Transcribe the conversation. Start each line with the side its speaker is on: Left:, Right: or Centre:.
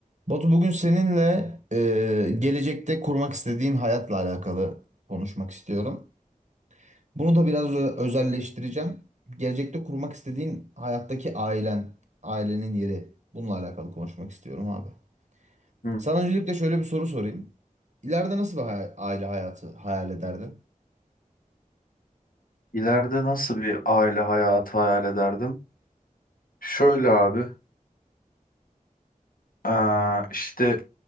Right: Batu bugün seninle e, gelecekte kurmak istediğin hayatla alakalı konuşmak istiyorum. Bunu da biraz ö- özelleştireceğim. Gelecekte kurmak istediğin hayattaki ailen, ailenin yeri. Bununla alakalı konuşmak istiyorum abi.
Left: Hı.
Right: Sana öncelikle şöyle bir soru sorayım. İleride nasıl bir hay- aile hayatı hayal ederdin?
Left: İleride nasıl bir aile hayatı hayal ederdim? Şöyle abi, eee, işte